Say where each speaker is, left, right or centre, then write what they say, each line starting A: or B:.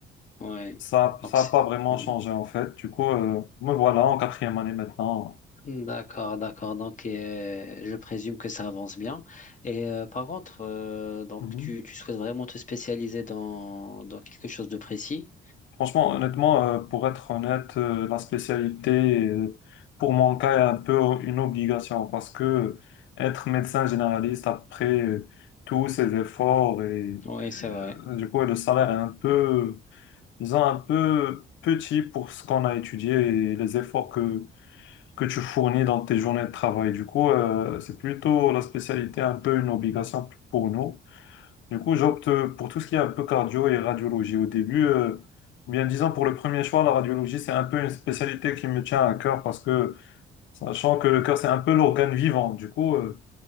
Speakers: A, on the left; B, on the left.
A: Ouais.
B: Ça, ça
A: Donc, c'est-
B: n'a pas vraiment
A: ouais.
B: changé en fait. Du coup, euh, me voilà en quatrième année maintenant.
A: D'accord, d'accord. Donc, euh, je présume que ça avance bien. Et euh, par contre, euh, donc,
B: Mhm.
A: tu, tu souhaites vraiment te spécialiser dans, dans quelque chose de précis?
B: Franchement, honnêtement, euh, pour être honnête, euh, la spécialité, euh, pour mon cas, est un peu une obligation parce que être médecin généraliste après euh, tous ces efforts et
A: Oui, c'est vrai.
B: euh, du coup, le salaire est un peu, disons, un peu petit pour ce qu'on a étudié et les efforts que, que tu fournis dans tes
A: Ouais,
B: journées de travail. Du coup, euh, c'est plutôt la spécialité, un peu une obligation pour nous. Du coup, j'opte euh, pour tout ce qui est un peu cardio et radiologie. Au début, euh, ou bien disons pour le premier choix, la radiologie, c'est un peu une spécialité qui me tient à cœur parce que, sachant que le cœur, c'est un peu l'organe vivant. Du coup, euh,